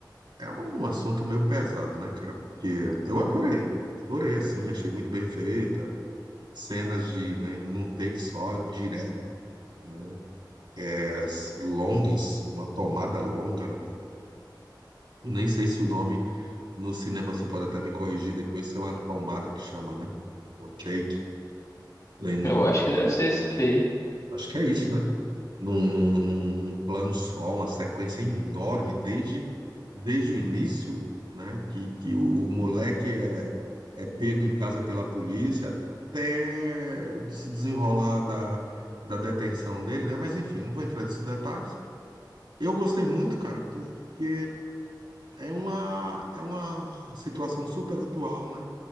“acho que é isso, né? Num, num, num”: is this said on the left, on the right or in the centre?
Right